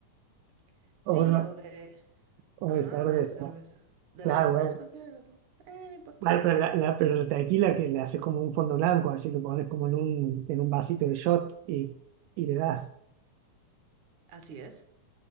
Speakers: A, on the right; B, on the right.
A: <laughs> sí,
B: o, una-
A: o de,
B: o
A: ajá,
B: de cerveza,
A: o de cerveza. De
B: claro,
A: las dos,
B: bueno,
A: cualquiera de las dos. Eh, no importa.
B: Vale, pero la, la- pero la tequila que le haces como un fondo blanco, así lo pones como en un, en un vasito de shot y, y le das.
A: Así es.